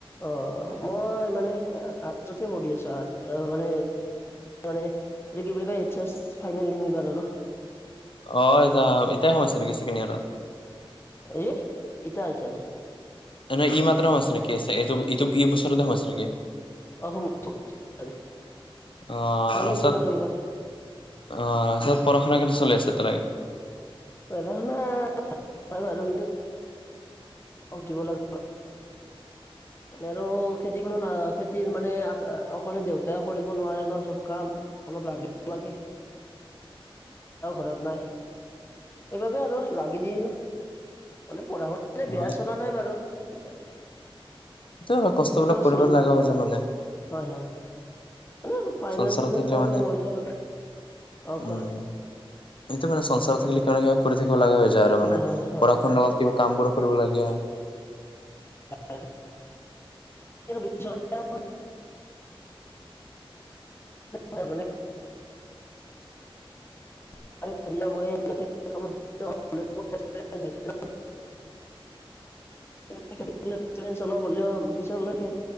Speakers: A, on the left; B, on the left.
A: অ', মই মান আৰ্টছত পঢ়ি আছো মান মে এ কি বা ক এইচ এছ ফাইনেল দিম ইবাৰাৰ আৰু
B: অ', এ যাম এতিয়াই সোয়াইছে নেকি ছেকেণ্ড ইয়াৰৰত।
A: এ ইট আইত আতা <unintelligible>
B: ন নে ই মাত্ৰাও আছে নেকি আছেটো ইটো এই বছৰততে আছে নেকি।
A: অ <unintelligible>
B: অ',
A: ফাইনেল
B: তাৰপিছত
A: দিম
B: অ',
A: আৰু এইবাৰ
B: তাৰছত পঢ়া শুনা কেনে চলি আছে এতিয়ালৈকে।
A: হয় বাৰু উঠিব লে।
B: <inaudible>
A: আৰু খেতিখনো খেতিৰ মানে অকলে দেউতাই কৰিব নোৱাৰে ন চব কাম। অলপ লাগিব লাগে ঘৰত নাই। সেইবাবে আৰু লাগি দিল মানে পঢ়া শু
B: অ
A: বেয়া চলা নাই বাৰু ক তাকে।
B: এটো কষ্টবিলাক কৰিব
A: চলি
B: লগা হৈ য মানে।
A: হয়, হয় মানে ফাইনেসিয়েল
B: সংসাৰত থাকিলে
A: প্ৰব্লেম
B: মানে
A: হ'ল আৰু অ',
B: উম
A: কোৱা।
B: এইটো মানে সংসাৰ থাকিলে কিয় না কিবা কৰি থাকিব ল লগা হৈ যায় আৰু মানে
A: হয় হয়
B: পঢ়া
A: হয়
B: শুনাৰ লগত কিবা কাম বোৰো কৰিব লাগে।
A: অ <unintelligible> বিশ্ববি <unintelligible> হয়, মানে ম <unintelligible>
B: <unintelligible>
A: <unintelligible> হ'লেও পিছৰ লৈকে